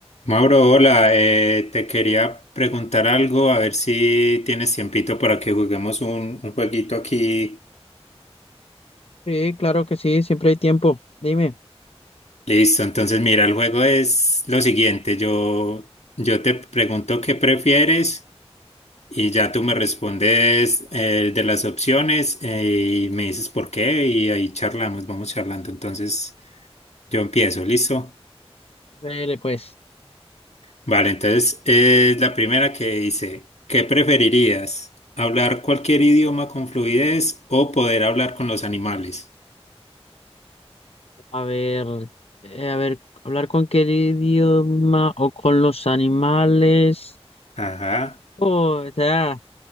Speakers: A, on the left (about 90°); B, on the left (about 65°).
A: Mauro, hola, eh, te quería preguntar algo, a ver si tienes tiempito para que juguemos un, un jueguito aquí.
B: Sí, claro que sí, siempre hay tiempo. Dime.
A: Listo, entonces mira, el juego es lo siguiente, yo, yo te pregunto qué prefieres y ya tú me respondes eh, de las opciones eh, y me dices por qué y ahí charlamos, vamos charlando. Entonces yo empiezo, ¿listo?
B: Dele, pues.
A: Vale, entonces es la primera que dice, ¿qué preferirías? ¿Hablar cualquier idioma con fluidez o poder hablar con los animales?
B: A ver, eh, a ver, hablar con qué idioma o con los animales.
A: Ajá.
B: Oh, ya,